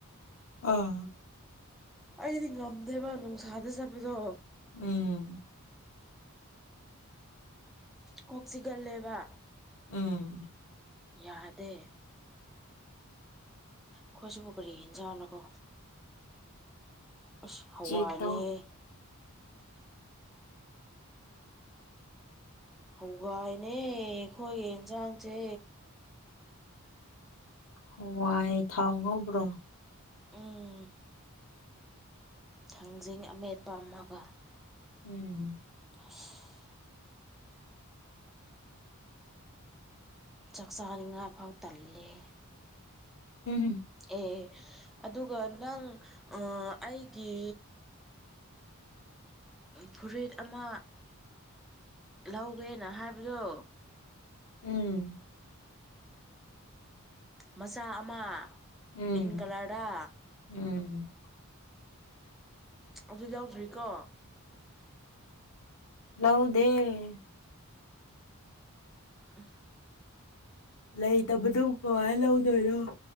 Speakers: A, on the left; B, in the centre.
A: ꯑ
B: ꯑꯩꯗꯤ ꯉꯝꯗꯦꯕ ꯅꯨꯡꯁꯥꯗ ꯆꯠꯄꯗꯣ
A: ꯎꯝ
B: ꯀꯣꯛ ꯆꯤꯛꯀꯜꯂꯦꯕ
A: ꯎꯝ
B: ꯌꯥꯗꯦ ꯑꯈꯣꯢꯁꯤꯕꯣ ꯀꯔꯤ ꯍꯤꯟꯖꯥꯥꯡ ꯂꯀꯣ ꯑꯁ ꯍꯋꯥꯏꯅꯦꯍꯦ
A: ꯆꯦꯛ ꯇꯧ
B: ꯍꯧꯋꯥꯏꯅꯦ ꯑꯩꯈꯣꯏ ꯏꯟꯁꯥꯡꯁꯦ
A: ꯍꯥꯋꯥꯢ ꯊꯥꯎ ꯉꯧꯕ꯭ꯔꯣ
B: ꯎꯝ ꯊꯥꯡꯖꯤꯡ ꯑꯃꯦꯠꯄ ꯑꯃꯒ
A: ꯎꯝ
B: ꯑꯁ ꯆꯥꯛ ꯆꯥꯅꯤꯡꯉꯥꯏ ꯐꯥꯎ ꯇꯜꯂꯦ ꯍꯦ
A: ꯎꯝ ꯍꯨꯝ
B: ꯑꯦ ꯑꯗꯨꯒ ꯅꯪ ꯑ ꯑꯩꯒꯤ ꯐꯨꯔꯤꯠ ꯑꯃ ꯂꯧꯒꯦꯅ ꯍꯥꯏꯕꯗꯣ
A: ꯎꯝ
B: ꯃꯆꯥ ꯑꯃ
A: ꯎꯝ
B: ꯄꯤꯡ ꯀꯂꯔꯗ
A: ꯎꯝ
B: ꯑꯗꯨ ꯂꯧꯗ꯭ꯔꯤꯀꯣ
A: ꯂꯧꯗꯦ
B: ꯎꯝ
A: ꯂꯩꯇꯕꯗꯨꯕꯨ ꯀꯃꯥꯏ ꯂꯧꯗꯣꯏꯅꯣ